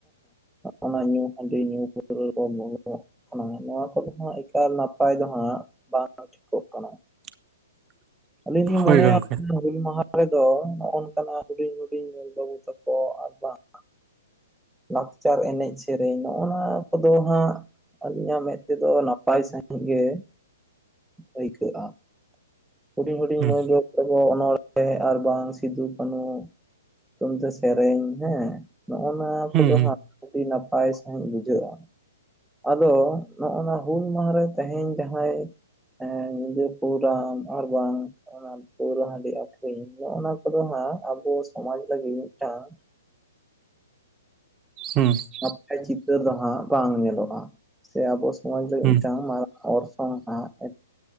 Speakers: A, in the centre; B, on the right.
A: ᱚᱱᱟ ᱧᱩ ᱦᱟᱺᱰᱤ ᱧᱩ ᱯᱟᱹᱣᱨᱟᱹ <unintelligible> ᱱᱚᱣᱟ ᱠᱚᱫᱚ ᱦᱟᱸᱜ ᱮᱠᱟᱞ ᱱᱟᱯᱟᱭ ᱫᱚ ᱦᱟᱸᱜ ᱵᱟᱝ ᱴᱷᱤᱠᱚᱜ ᱠᱟᱱᱟ᱾
B: <unintelligible>
A: ᱟᱞᱤᱧ ᱞᱤᱧ
B: ᱦᱳᱭ
A: ᱢᱚᱱᱮᱭᱟ
B: ᱜᱚᱝᱠᱮ
A: ᱦᱩᱞ ᱢᱟᱦᱟ ᱠᱚᱫᱚ ᱱᱚᱜ ᱱᱚᱝᱠᱟᱱ ᱦᱩᱰᱤᱧ ᱦᱩᱰᱤᱧ ᱢᱟᱹᱭ ᱵᱟᱹᱵᱩ ᱛᱟᱠᱚ ᱟᱨ ᱵᱟᱝ ᱞᱟᱠᱪᱟᱨ ᱮᱱᱮᱡᱽ ᱥᱮᱨᱮᱧ ᱱᱚᱜᱱᱟ ᱠᱚᱫᱚ ᱦᱟᱸᱜ ᱟᱹᱞᱤᱧᱟᱜ ᱢᱮᱸᱫ ᱛᱮᱫᱚ ᱱᱟᱯᱟᱭ ᱥᱟᱹᱦᱤᱡᱽ ᱜᱮ ᱟᱹᱭᱠᱟᱹᱜᱼᱟ ᱦᱩᱰᱤᱧ ᱦᱩᱰᱤᱧ
B: ᱦᱩᱸ
A: ᱢᱟᱹᱭ ᱵᱟᱹᱵᱩ ᱱᱚᱜᱚᱭ ᱡᱮ ᱱᱚᱬᱦᱮᱸ ᱟᱨ ᱵᱟᱝ ᱥᱤᱫᱩ ᱠᱟᱹᱱᱩ ᱧᱩᱛᱩᱢ ᱛᱮ ᱥᱮᱨᱮᱧ ᱦᱮᱸ ᱱᱚᱜᱱᱟ ᱠᱚᱫᱚ
B: ᱦᱩᱸ
A: ᱦᱟᱸᱜ ᱟᱹᱰᱤ ᱱᱟᱯᱟᱭ ᱥᱟᱹᱦᱤᱡ ᱵᱩᱡᱷᱟᱹᱜᱼᱟ᱾ ᱟᱫᱚ ᱱᱚᱜᱱᱟ ᱦᱩᱞ ᱢᱟᱦᱟ ᱨᱮ ᱛᱮᱦᱮᱧ ᱡᱟᱦᱟᱸᱭ ᱦᱮᱸ ᱧᱤᱫᱟᱹ ᱯᱨᱳᱜᱨᱟᱢ ᱟᱨ ᱵᱟᱝ ᱱᱟᱣᱟ ᱯᱟᱹᱣᱨᱟᱹ ᱦᱟᱹᱰᱤ ᱟᱹᱠᱷᱨᱤᱧ ᱱᱚᱜᱼᱱᱟ ᱠᱚᱫᱚ ᱦᱟᱸᱜ ᱟᱵᱚ ᱥᱚᱢᱟᱡᱽ ᱞᱟᱹᱜᱤᱫ ᱢᱤᱫᱴᱟᱝ
B: ᱦᱩᱸ ᱾
A: ᱱᱟᱯᱟᱭ ᱪᱤᱛᱟᱹᱨ ᱫᱚ ᱦᱟᱸᱜ ᱵᱟᱝ ᱧᱮᱞᱚᱜᱼᱟ, ᱥᱮ ᱟᱵᱚ ᱥᱚᱢᱟᱡᱽ ᱨᱮ
B: ᱦᱩᱸ
A: ᱢᱤᱫᱴᱟᱝ ᱢᱟᱨᱟᱝ ᱚᱨᱥᱚᱝ ᱮ